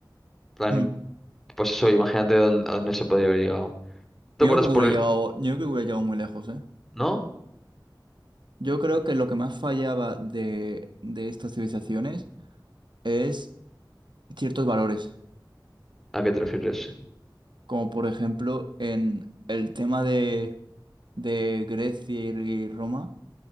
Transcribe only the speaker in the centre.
plan,
pues eso, imagínate dónde- a dónde se podía haber llegado. ¿Te
acuerdas
por
el-
¿No?
¿A qué te refieres?